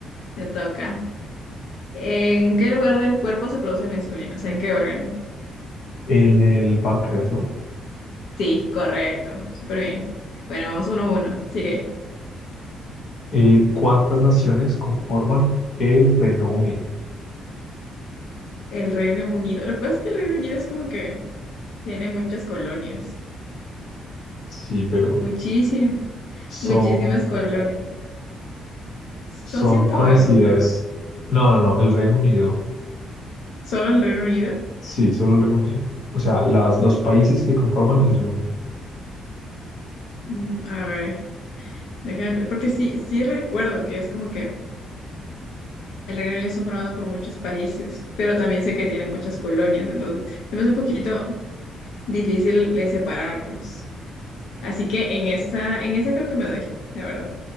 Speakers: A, on the left (about 80°); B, on the left (about 55°).
A: Me toca. ¿En qué lugar del cuerpo se produce la insulina? O sea, ¿en qué órgano?
B: En el páncreas, ¿no?
A: Sí, correcto. Súper bien. Bueno, vamos uno a uno. Sigue.
B: Eh, ¿cuántas naciones conforman el Reino Unido?
A: El Reino Unido. Lo que pasa es que el Reino Unido es como que tiene muchas colonias.
B: Sí, pero
A: Muchísimas,
B: son
A: muchísimas colonias. Son
B: Son
A: ciento
B: conocidas.
A: algo, creo.
B: No, no, no, el Reino Unido.
A: ¿Solo el Reino Unido?
B: Sí, solo el Reino Unido. O sea, las, los países que conforman el Reino Unido
A: Mm, a ver, déjame, ver, porque sí, sí recuerdo que es como que el Reino Unido está formado por muchos países, pero también sé que tiene muchas colonias, entonces se me hace un poquito difícil eh, separarlos. Así que en esa, en esa creo que me doy, la verdad.